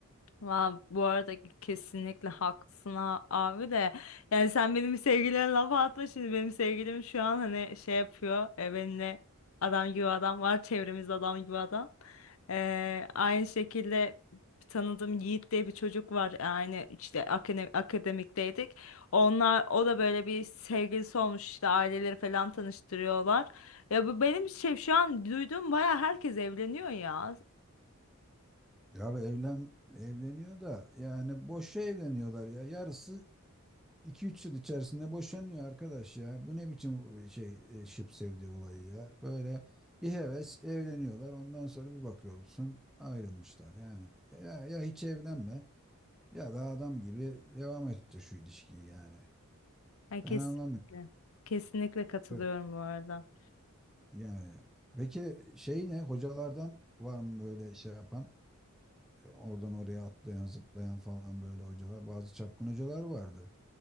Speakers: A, on the left; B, in the centre.
A: Va, bu arada kesinlikle haklısın a- abi de yani sen benim sevgilime laf atma şimdi benim sevgilim şu an hani şey yapıyor e, benimle adam gibi adam var çevremizde adam gibi adam E, aynı şekilde tanıdığım Yiğit diye bir çocuk var yani işte akademi, akademikteydik onlar o da böyle bir sevgilisi olmuş işte aileleri falan tanıştırıyorlar ya bu benim şey şu an duyduğum baya herkes evleniyor ya
B: Ya bu evlen evleniyor da yani boşa evleniyorlar ya. Yarısı iki üç yıl içerisinde boşanıyor arkadaş ya. Bu ne biçim e, şey e, şıp sevdi olayı ya. Böyle bir heves evleniyorlar. Ondan sonra bir bakıyorsun ayrılmışlar yani. Ya, ya hiç evlenme ya da adam gibi devam etti şu ilişkiyi yani.
A: Ay, kesinlikle.
B: Ben anlamıyorum.
A: Kesinlikle katılıyorum
B: Evet.
A: bu arada.
B: Yani peki şey ne hocalardan var mı böyle şey yapan E, oradan oraya atlayan zıplayan falan böyle hocalar bazı çapkın hocalar vardı.